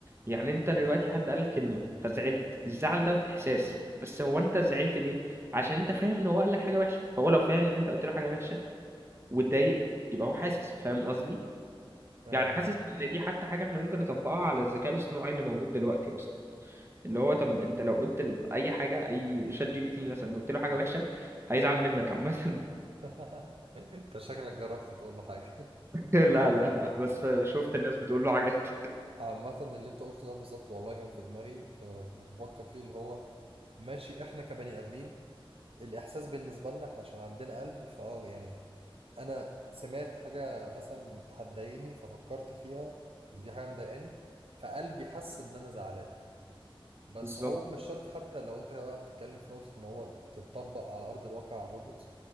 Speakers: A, on the right; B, on the right.
A: يعني انت دلوقتي حد قالك كلمه فزعلت الزعل ده احساس بس هو انت زعلت ليه عشان انت فاهم ان هو قالك حاجه وحشه فهو لو فاهم ان انت قلت له حاجه وحشه واتضايق يبقى هو حاسس فاهم قصدي
B: آه.
A: يعني حاسس ان دي حتى حاجه احنا ممكن نطبقها على الذكاء الاصطناعي اللي موجود دلوقتي اصلا اللي هو طب انت لو قلت ل- اي حاجه اي شات جي بي تي مثلا قلت له حاجه وحشه هيزعل منك عامه <laughs>
B: <laughs> انت شكلك جربت تقول له حاجه
A: لا لا لا بس شفت الناس بتقول له حاجات
B: <laughs> عامه اللي انت قلته ده بالظبط والله كان في دماغي آه كنت بفكر فيه اللي هو ماشي احنا كبني ادمين الاحساس بالنسبه لنا احنا عشان عندنا قلب فاه يعني انا سمعت حاجه مثلا بتضايقني ففكرت فيها ان دي حاجه مضايقاني فقلبي حس ان انا زعلان
A: <laughs>
B: بس
A: بالظبط
B: هو مش شرط حتى لو انت بقى بتتكلم في نقطة ان هو تتطبق على ارض الواقع على الروبوتس